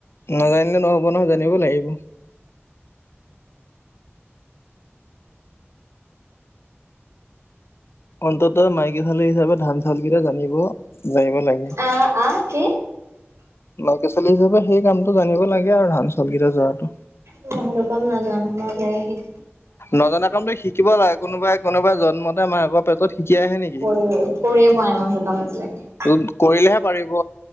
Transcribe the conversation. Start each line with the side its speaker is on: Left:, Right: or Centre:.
Left: নাজানিলে নহব নহয় জানিব লাগিব অন্তত মাইকী ছোৱালী হিচাপে ধান- চাউলকেইটা জানিব জানিব লাগে
Right: আ আ কি?
Left: মাইকী ছোৱালী হিচাপে সেই কামটো জানিব লাগে আৰু ধান চাউলকেইটা জৰাটো
Right: মই সেইটো কাম নাজানো মই জাৰি শিক
Left: নজনা কামটো শিকিব লাগে কোনোবাই কোনোবাই জন্মতে মাকৰ পেটত শিকি আহে নেকি
Right: কৰিব কৰিয়ে পোৱা নাই সেইটো কাম আজিলেকে
Left: ত কৰিলেহে পাৰিব